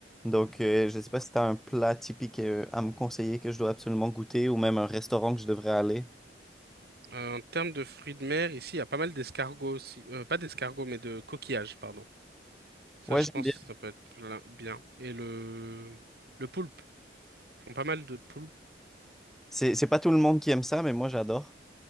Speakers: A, in the centre; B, on the right.
A: Donc, euh, je sais pas si tu as un plat typique euh, à me conseiller que je dois absolument goûter ou même un restaurant que je devrais aller.
B: Euh, en termes de fruits de mer, ici, il y a pas mal d'escargots aussi. Euh, pas d'escargots, mais de coquillages, pardon. Ça,
A: Ouais,
B: je
A: j'aime
B: pense,
A: bien.
B: ça peut être plein- bien. Et le, le poulpe. Ils font pas mal de poulpes.
A: C'est c'est pas tout le monde qui aime ça, mais moi, j'adore.